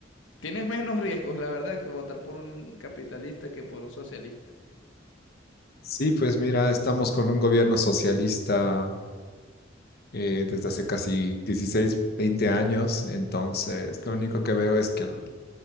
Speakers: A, on the left; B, on the left.
A: Tienes menos riesgos, la verdad, que votar por un capitalista que por un socialista.
B: Sí, pues mira, estamos con un gobierno socialista eh, desde hace casi 16 20 años, entonces lo único que veo es que, el-